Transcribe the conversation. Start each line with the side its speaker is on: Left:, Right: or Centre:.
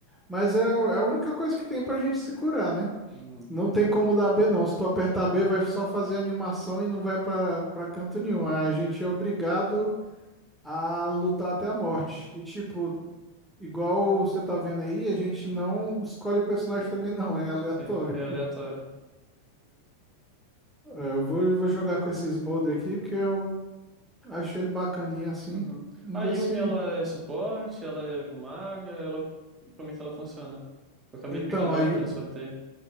Centre: mas é, a é a única coisa que tem pra gente se curar, né?
Right: Uhum.
Centre: Não tem como dar B não. Se tu apertar B, vai só fazer animação e não vai pra, pra canto nenhum. A gente é obrigado a lutar até a morte. E tipo, Igual você tá vendo aí, a gente não escolhe o personagem também não, é aleatório.
Right: Sim, é aleatório.
Centre: É, Eu vou, eu vou jogar com esses moldes aqui porque eu achei ele bacaninha assim.
Right: Uhum.
Centre: Vamos
Right: A
Centre: ver
Right: Yumi,
Centre: se.
Right: ela é suporte? Ela é maga? Ela, como é que ela funciona? Eu acabei
Centre: Então,
Right: pegando ela
Centre: a, Yu-
Right: aqui no sorteio.